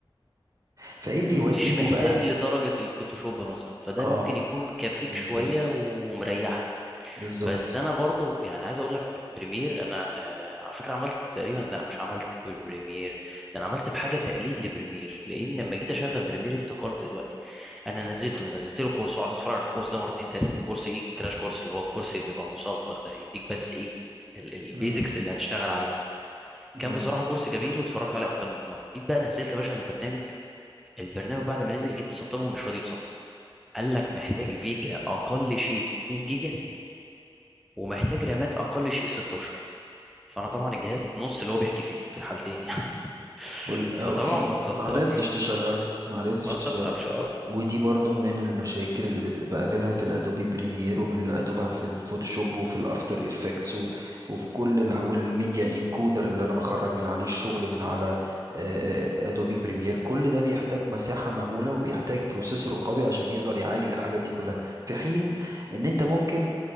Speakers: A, on the right; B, in the centre.
A: فايه اللي
B: مش
A: يوديني
B: محتاج
A: بقى
B: لدرجة الفوتوشوب مثلا فده
A: اه
B: ممكن يكون كفيك
A: بالظبط
B: شوية ومريحك
A: بالظبط
B: بس انا برضو يعني عايز اقول لك البريمير انا آه على فكرة عملت تقريبا لا مش عملت بريمير ده انا عملت بحاجة تقليد لبريمير لان لما جيت اشغل بريمير افتكرت دلوقتي انا نزلته نزلت له كورس وقعدت اتفرج على الكورس ده مرتين تلاتة كورس ايه كراش كورس اللي هو الكورس اللي بيبقى مصغر ده يديك بس ايه البيزكس
A: امم
B: اللي هتشتغل عليها
A: امم
B: كان بصراحة كورس جميل واتفرجت عليه أكتر من مرة جيت بقى نزلت يا باشا البرنامج البرنامج بعد ما نزل جيت تسطبه ومش راضي يتسطب قال لك محتاج فيجا اقل شيء 2 جيجا ومحتاج رامات اقل شيء 16 فانا طبعا الجهاز نص اللي هو بيحكي فيه في الحالتين يعني <laughs>
A: وال-
B: فطبعا
A: او في
B: ما تسطبش
A: ما عرفتش تشغله ما عرفتش
B: ما تسطبش
A: تشغله
B: اصلا
A: ودي برضو من المشاكل اللي بت- بقابلها في الادوبي بريمير ومن اللي بقابلها في الفوتوشوب وفي الافتر افكتس و- وفي كل ال... والميديا انكودر اللي انا بخرج من عليه الشغل من على آه، آه، ادوبي بريمير كل ده بيحتاج مساحة مهولة وبيحتاج بروسيسور قوي عشان يقدر يعالج الحاجات دي كلها في حين ان انت ممكن